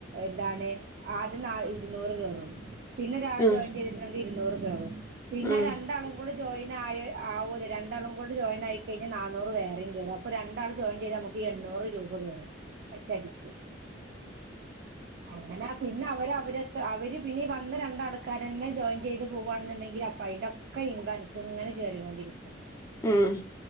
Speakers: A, on the right; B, on the left.
A: എന്താണ് ആദ്യ ന ഇരുന്നൂറ് പേറും പിന്നെ ഒരാള്
B: ഉം
A: ജോയിൻ ചെയ്തിട്ടുണ്ടെങ്കിൽ ഇരുന്നൂറ് കേണും പിന്നെ
B: ഉം
A: രണ്ടാളും ടെ ജയി ആയി ആവും രണ്ടാും കൂടെ ജോയിൻ ആയിക്കഴിഞ്ഞാൽ നൂറും കയറ അപ്പോ രണ്ടാൾ ജോയിൻ ചെയ്താ നമുക്ക് ഒരു എണ്ണൂറ് രൂപ വേണം മറ്റടിക്ക് അങ്ങനെ പിന്നെ അവര് അവരെത്ര അവര് പിന്നീ വന്ന രണ്ടാൾക്ക് ആൾക്കാരന്നെ ജോയിൻ ചെയ്ത് പോവവാണെന്നുണ്ടെങ്കിൽ അപ്പോയിന്റക്കെ ഇങ്കോ എനി ഇങ്ങനെ കേറിക്കൊണ്ടിരിക്കും
B: ഉം